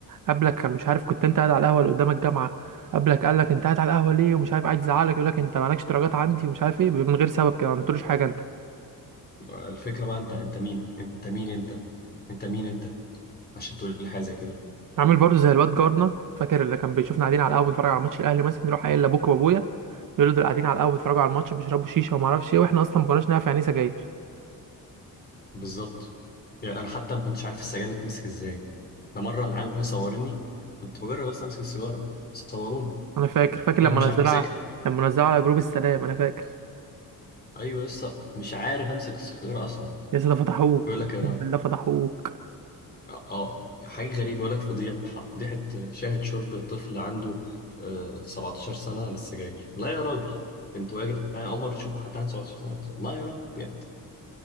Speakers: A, on the right (about 60°); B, on the left (about 25°).
A: قبلك كان مش عارف كنت انت قاعد على القهوه اللي قدام الجامعه قبلك قال لك انت قاعد على القهوه ليه ومش عارف قاعد يزعلك يقول لك انت مالكش درجات عندي ومش عارف ايه من غير سبب كده ما عملتلوش حاجه انت
B: الفكره بقى انت انت مين انت مين انت انت مين انت عشان تقول لي حاجه زي كده
A: عامل برضو زي الواد جارنا فاكر اللي كان بيشوفنا قاعدين على القهوه بنتفرج على ماتش الاهلي مثلا يروح قايل لابوك وابويا بيقولوا دول قاعدين على القهوه بيتفرجوا على الماتش بيشربوا شيشه وما اعرفش ايه واحنا اصلا ما كناش نعرف يعني ايه سجاير
B: بالظبط يعني انا حتى ما كنتش عارف السجاير بتمسك ازاي ده مره العيال مصوريني كنت بجرب بس امسك السيجاره صوروني
A: انا فاكر فاكر
B: انا
A: لما
B: مش
A: نزلها
B: عارف امسكها
A: لما نزلها على جروب السلام انا فاكر
B: ايوه لسه مش عارف امسك السيجاره اصلا
A: يا اسطى فتحوك
B: يقول لك
A: اقسم
B: انا
A: بالله فتحوك
B: اه حاجه غريبه يقول لك فضيحه فضيحه شاهد شرب طفل عنده آه، 17 سنه عن السجاير لا يا راجل انتوا يا جدعان عمر تشوفوا حد عنده 17 سنه لا يا راجل بجد